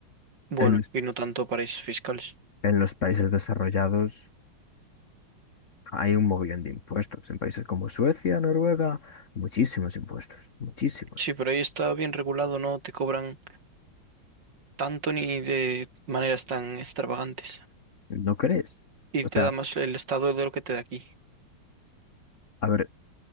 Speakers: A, on the right (about 65°); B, on the left (about 45°).
A: Bueno,
B: en los,
A: y no tanto paraísos fiscales.
B: en los países desarrollados hay un mogollón de impuestos. En países como Suecia, Noruega, muchísimos impuestos, muchísimos.
A: Sí, pero ahí está bien regulado, no te cobran tanto ni de maneras tan extravagantes.
B: ¿No crees?
A: Y
B: O
A: te
B: sea,
A: da más el Estado de lo que te da aquí.
B: A ver,